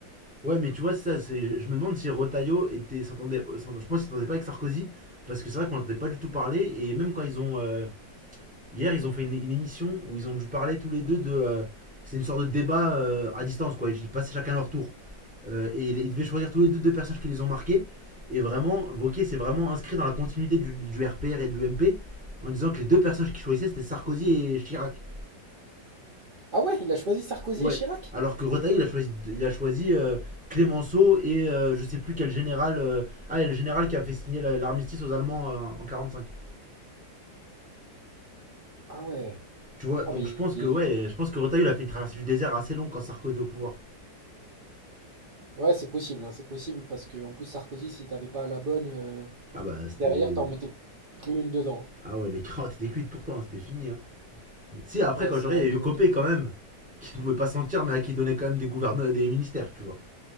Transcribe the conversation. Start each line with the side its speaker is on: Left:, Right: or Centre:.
Centre: Ouais, mais tu vois, c'est ça, c'est, je me demande si Retailleau était, s'entendait, s'entend- je pense qu'il s'entendait pas avec Sarkozy, parce que c'est vrai qu'on n'entendait pas du tout parler, et même quand ils ont. euh, Hier, ils ont fait une, une émission où ils ont dû parler tous les deux de. euh, c'est une sorte de débat euh, à distance, quoi. Ils passaient chacun leur tour. Euh, et ils devaient choisir tous les deux deux personnages qui les ont marqués. Et vraiment, Vauquier s'est vraiment inscrit dans la continuité du, du RPR et de l'UMP en disant que les deux personnages qu'il choisissait, c'était Sarkozy et Chirac.
Right: Ah ouais, il a choisi Sarkozy
Centre: Ouais.
Right: et Chirac?
Centre: Alors que Retailleau, il a choisi, il a choisi euh, Clémenceau et euh, je sais plus quel général. euh, ah, et le général qui a fait signer l'armistice aux Allemands euh, en cinq
Right: Ah ouais.
Centre: Tu vois,
Right: Ah
Centre: donc
Right: mais
Centre: je pense que
Right: il-
Centre: ouais, je pense que Retailleau il a fait une traversée du désert assez longue quand Sarko était au pouvoir.
Right: ouais, c'est possible, hein, c'est possible parce que en plus Sarkozy, si t'avais pas la bonne euh,
Centre: Ah bah c'était.
Right: derrière, t'en mettais plus une dedans.
Centre: Ah ouais, les <laughs> carottes étaient cuites pour toi, hein, c'était fini. hein. Si, après,
Right: hein. Ouais,
Centre: quand
Right: c'est
Centre: je il
Right: vrai
Centre: y a eu
Right: que
Centre: Copé quand même, <laughs> qui ne pouvait pas sentir, mais à qui donnait quand même des gouverneurs, des ministères, tu vois.